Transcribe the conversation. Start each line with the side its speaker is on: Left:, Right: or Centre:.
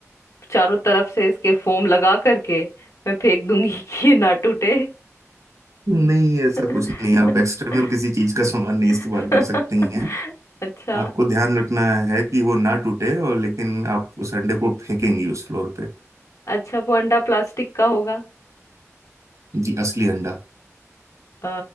Left: चारों तरफ से इसके फोम लगा करके मैं फेंक दूंगी <laughs> कि ये ना टूटे
Right: नहीं ऐसा
Left: <laughs>
Right: कुछ नहीं आप एक्सटर्नल किसी चीज का सामान नहीं इस्तेमाल कर सकती हैं
Left: अच्छा
Right: आपको ध्यान रखना है कि वो ना टूटे और लेकिन आप उस अंडे को फेंकेंगी उस फ्लोर पे
Left: अच्छा वो अंडा प्लास्टिक का होगा
Right: जी असली अंडा
Left: अ,